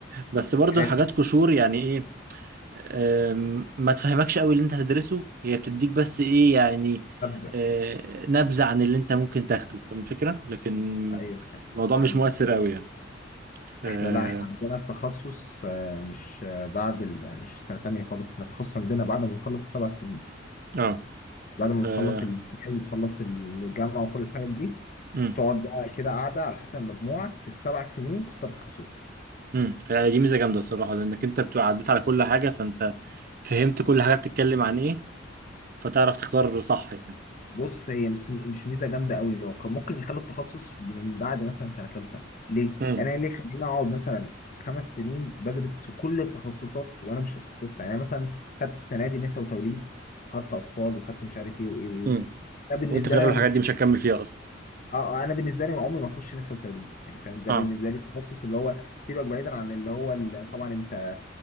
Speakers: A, on the right (about 50°); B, on the left (about 45°).
A: بس برضو
B: حلو
A: حاجات قشور يعني ايه آم، ما تفهمكش قوي اللي انت هتدرسه هي بتديك بس ايه يعني
B: نبذه
A: آه، نبذه عن اللي انت ممكن تاخده فاهم الفكره لكن
B: ايوه
A: الموضوع مش
B: فهمت
A: مؤثر قوي يعني اه
B: احنا لا احنا عندنا التخصص آه، مش آه، بعد ال... مش سنة تانية خالص احنا التخصص عندنا بعد ما بتخلص سبع سنين
A: اه
B: بعد ما
A: آه،
B: بتخلص الامتياز وتخلص الجامعة وكل الحاجات دي
A: مم.
B: تقعد بقى كده قاعدة على حسب مجموعك في السبع سنين تختار تخصصك
A: امم يعني دي ميزه جامده الصراحه لانك انت بتبقى عديت على كل حاجه فانت فهمت كل حاجه بتتكلم عن ايه فتعرف تختار صح يعني
B: بص هي مش مش ميزة جامدة قوي هو كان ممكن يخلوا التخصص من بعد مثلا سنة تالتة ليه؟
A: امم
B: أنا ليه خليني أقعد مثلا خمس سنين بدرس في كل التخصصات وأنا مش اتخصصت يعني أنا مثلا خدت السنة دي نساء وتوليد وخدت أطفال وخدت مش عارف إيه وإيه وإيه
A: امم
B: ده بالنسبة
A: وانت في الاغلب
B: لي أنا
A: الحاجات دي مش هتكمل فيها اصلا
B: اه آه، انا بالنسبه لي عمري ما اخش نسا وتدريب يعني فاهم ده
A: اه
B: بالنسبه لي التخصص اللي هو سيبك بعيدا عن اللي هو ال- طبعا انت